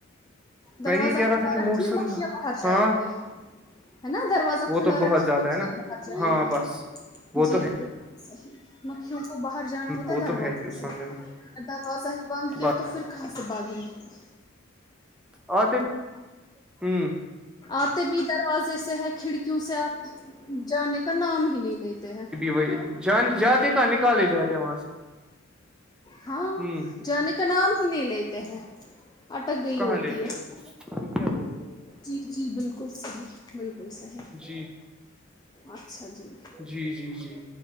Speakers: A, on the left; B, in the centre.
A: دروازہ
B: میں یہ کہہ رہا
A: کھلا
B: تھا کہ موسم
A: رکھیے مکھیاں باہر جائیں
B: ہاں
A: گی ہے نا دروازہ
B: وہ
A: کھلا
B: تو
A: رکھے
B: بہت زیادہ
A: میا
B: ہے نا
A: باہر جائے
B: ہاں
A: گ
B: بس وہ
A: جی
B: تو ہے
A: بک صحیح مکھیوں کو باہر جانا ہوتا
B: وہ
A: ہے دروازے
B: تو ہی اس
A: سے
B: سامنے میں
A: دروازہ ہی بند کیا
B: بس
A: تو پھر کہاں سے بھاگیں گی تھی
B: اور تو ہوں
A: آتے بھی دروازے سے ہے کھڑکیوں سے آتے جانے کا نام ہی نہیں لیتے ہیں
B: وہ جان جاتے کہ نکالے جاتے وہاں سے
A: ہاں
B: ہوں
A: جانے کا نام ہی نہیں لیتے ہیں اٹک گئی
B: کہاں
A: ہوتی
B: لیتے
A: ہے
B: پھر کیا بولتے
A: جی جی بالکل صحیح بالکل صحیح
B: جی
A: اچھا جی
B: جی جی جی